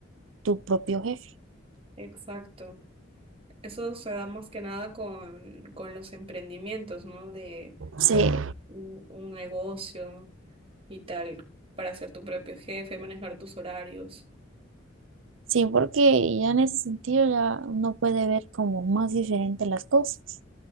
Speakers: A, on the right; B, on the right.
A: tu propio jefe.
B: Exacto. Eso se da más que nada con, con los emprendimientos, ¿no? De
A: Sí,
B: tal vez un, un negocio y tal, para ser tu propio jefe, manejar tus horarios.
A: sí, porque ya en ese sentido ya uno puede ver como más diferente las cosas.